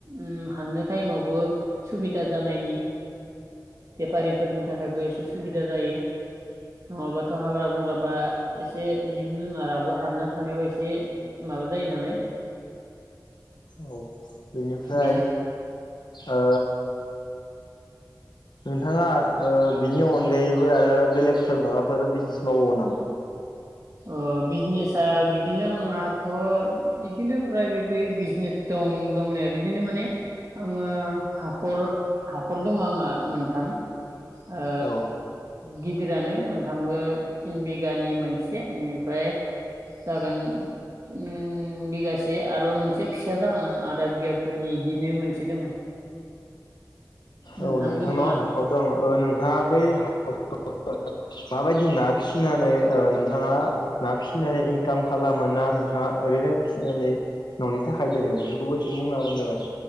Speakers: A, on the right (about 45°); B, on the left (about 85°).
A: उम हाननो टाइमावबो सुबिदा जानायनि बेफारिफोरनि थाखायबो एसे सुबिदा जायो। नङाबाथ' हाग्रा बंग्राबा एसे जिब जुनाराबो हाबना थानायाव एसे माबा जायो नालाय
B: औ बेनिफ्राय
A: बेनो
B: ओ नोंथाङा ओ बिनि अनगायैबो आरो बेलेगफोर माबाफोर बिजनेस मावबावो नामा?
A: ओ बिजनेसा बिदिनो आंनाथ' बिदिनो प्राइभेट बिजनेस दं दं दंनाया बिदिनो माने आङो हाखर हाखर दङ आंहा मोनथाम। ओ
B: औ
A: गिदिरानो मोनथामबो थिन बिगानि मोनसे <unintelligible> एनिफाय जागोन उम बिगासे आरो मोनसे फिसा जागोन आं आधा बिगाफोरनि इदिनो मोनसे दङ। <inaudible> मोनथाम
B: औ नोंथांनाव
A: दङ आरो
B: हाखर
A: आंहा
B: दं ओ नोंथाङा बै हा <unintelligible> <unintelligible> माबायदि ना फिनानै ओ नोंथाङा ना फिनाय इंकाम खालामो ना नोंथाङा ओरैनो फिनानै न'नि थाखाय दोनो बेफोरखौबो एसे बुंना हाबानो जाबाय।